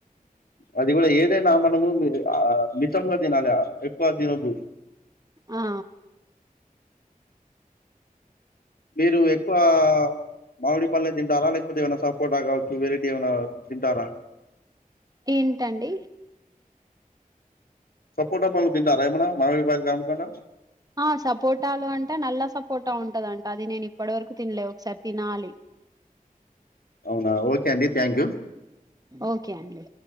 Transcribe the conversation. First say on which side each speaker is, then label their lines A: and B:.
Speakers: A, on the left; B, on the right.
A: అది కూడ ఏదైనా మనము మితి ఇష్టంగ తినాా లె ఎకువ తినొద్దు
B: ఆ
A: మీరు ఎక్కువ మామిడి పండులు తింటారా లేకపోతే ఏమైనా సపోర్టా కావచ్చు వెరైటీ ఏమైన తింటార
B: ఏంటండి
A: సపోట పలల్ తింటారా ఏమనా మామవి బయలు కాడా
B: ఆ సపోటాలు అంటే నల్ల సపోటా ఉంటదంట అది నేను ఇప్పటి వరకు తినలే ఒకసారి తినాలి
A: అవునా ఓకే అండి థ్యాంక్ యూ
B: ఓకే అండి ఇ